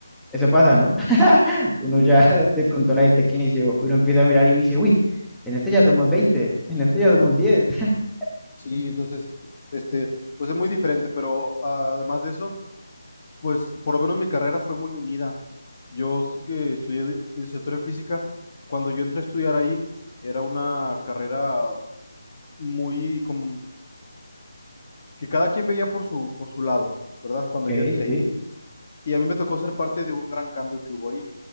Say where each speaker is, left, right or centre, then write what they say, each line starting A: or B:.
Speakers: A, in the centre; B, on the left (about 25°).
A: eso pasa, ¿no? <laughs> Uno
B: Sí,
A: ya
B: entonces,
A: te contó la gente que inició, uno empieza a mirar y dice, uy, en esto ya somos 20, en esto ya somos diez, <laughs>
B: sí, entonces, este, pues es muy diferente, pero ah, además de eso, pues por lo menos mi carrera fue muy unida. Yo s- que estudié de- licenciatura en física, cuando yo entré a estudiar ahí, era una carrera muy como que cada quien veía por su, por su lado, ¿verdad? Cuando
A: Ok,
B: yo entré.
A: sí.
B: Y a mí me tocó ser parte de un gran cambio que hubo ahí,